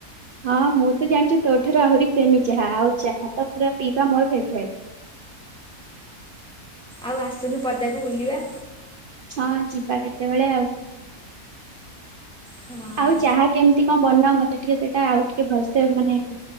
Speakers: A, on the right (about 60°); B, in the centre.
A: ହଁ ମୁଁତ ଜାଣିଚୁ ତୋଠାରୁ ଆହୁରି ପ୍ରେମୀ ଚାହା ଆଉ ଚାହାତ ପୁରା ପିଇବା ମୋର ଫେବରାଇଟ୍।
B: ଆଉ ଆସୁନୁ ପଦାକୁ ବୁଲିବା?
A: ହଁ ଯିବା କେତେବେଳେ ଆଉ।
B: ହଁ
A: ଆଉ ଚାହା କେମିତି କଣ ବନାଉ ମତେ ଟିକେ ସେଇଟା ଆଉ ଟିକେ ଭଲସେ ମାନେ